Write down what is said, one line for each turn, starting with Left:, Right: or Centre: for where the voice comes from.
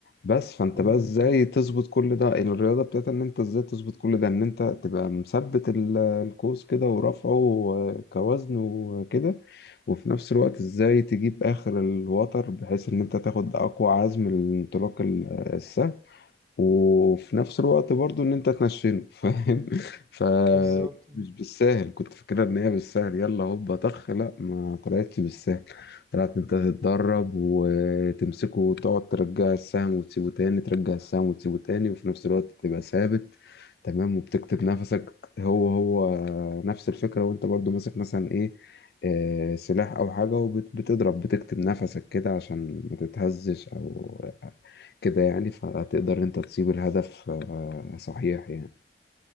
Left: بس فانت
Right: فهمتك
Left: بقى ازاي
Right: آه.
Left: تظبط كل ده الرياضة بتاعت ان انت ازاي تظبط كل ده ان انت تبقى مثبت ال- القوس كده ورفعه كوزن وكده وفي نفس الوقت ازاي تجيب اخر الوتر بحيث ان انت تاخد اقوى عزم الانطلاق ال- السهل وفي نفس الوقت برضو ان انت تنشنه <laughs> فاهم فمش
Right: بالظبط
Left: بالساهل كنت فاكرها ان هي بالسهل يلا هوبا طخ لا ما طلعتش بالسهل طلعت انت تتدرب وتمسكه وتقعد ترجع السهم وتسيبه تاني ترجع السهم وتسيبه تاني وفي نفس الوقت تبقى ثابت تمام وبتكتب نفسك هو هو نفس الفكرة وانت برضو ماسك مثلا ايه آه، سلاح او حاجة وبتضرب بتكتب نفسك كده عشان ما تتهزش او كده يعني فتقدر انت تصيب الهدف آه، صحيح يعني